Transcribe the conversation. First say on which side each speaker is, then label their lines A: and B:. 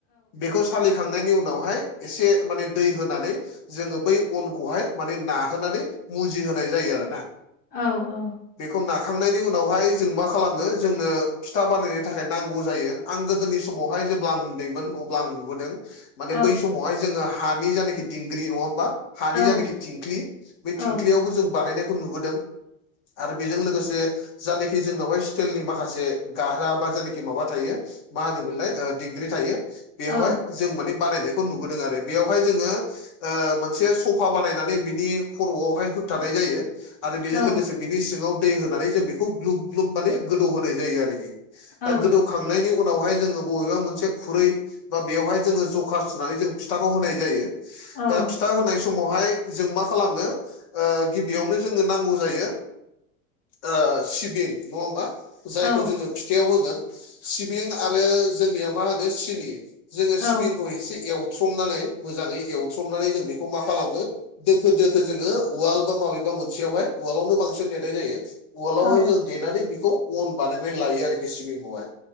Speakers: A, on the left (about 50°); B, on the left (about 20°).
A: बेखौ सालिखांनायनि उनावहाय एसे माने दै होनानै जोङो बै अनखौहाय माने नाहोनानै मुजिहोनाय जायो आरोना।
B: औ औ।
A: बेखौ नाखांनायनि उनावहाय जों मा खालामो जोंनो फिथा बानायनो थाखाय नांगौ जायो। आं गोदोनि समावहाय जेब्ला आं उन्दैमोन अब्ला आं नुबोदों। माने
B: औ
A: बै समावहाय जोङो हानि जायनााखि दिंग्रि नङा होमबा? हानि
B: औ
A: जानाखि थिंख्लि बे
B: औ
A: थिंख्लियावबो जों बानायनायखौ नुबोदों। आरो बेजों लोगोसे जानाखि जोंनावहाय स्टिलनि माखासे गाह्रा बा जानाखि माबा थायो मा होनोमोनलाय ओ दिंग्रि थायो बेवहाय
B: औ
A: जों माने बानायनायखौ नुबोदों आरो। बेयावहाय जोङो ओ मोनसे सफा बानायनानै बिनि खर'आवहाय होबथानाय जायो। आरो बेजों
B: औ
A: लोगोसे बिनि सिङाव दै होनानै जों बेखौ ग्लुब ग्लुब माने गोदौ होनाय जायो आरोखि।
B: औ
A: दा गोदौ खांनायनि उनावहाय जोङो बबेबा मोनसे खुरै बा बेयावहाय जोङो जखा जुनानै जों फिथाखौ होनाय जायो
B: औ
A: दा फिथा होनाय सम समावहाय जों मा खालामो ओ गिबियावनो जोंनो नांगौ जायो ओ सिबिं नङा होमबा? जायखौ
B: औ
A: जोङो फिथायाइाव होगोन सिबिं आरो जोंनिया मा होनो सिनि जोङो
B: औ
A: सिबिंखौ एसे एवथ्रमनानै मोजाङै एवथ्रमनानै जों बेखौ मा खालामो दोखो दोखो जोङो उवाल बा माबेबा मोनसेयावहाय उवालावनो बांसिन देरनाय जायो। उवालावहाय
B: औ
A: जों देनानै बेखौ अन बानायनानै लायो आरोखि सिबिंखौहाय।